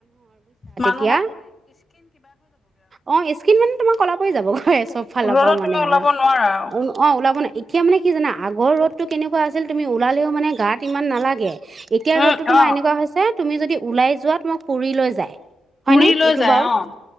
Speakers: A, on the left; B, on the right.
A: মান
B: তিয়া। অ স্কিন মানে তোমাৰ কলা পৰি যাবগে চব ফালৰ
A: আৰু
B: পৰা
A: ৰ'দত
B: মানে
A: তুমি ওলাব
B: আ।
A: নোৱাৰা আৰু
B: অন অ ওলাব নোৱাই এতিয়া নে কি, জানা? আগৰ ৰ'দতটো কেনেকুৱা আছিল? তুমি ওলালেও, মানে, গাত ইমান নালাগে। এতিয়া
A: উম
B: ৰ'দতো তোমাৰ
A: অ
B: এনেকুৱা হৈছে তুমি যদি ওলাই যোৱা তোমাক পুৰি লৈ যায়। হয়নে
A: পুৰি লৈ
B: এইটো
A: যায়
B: বাৰু
A: অ'।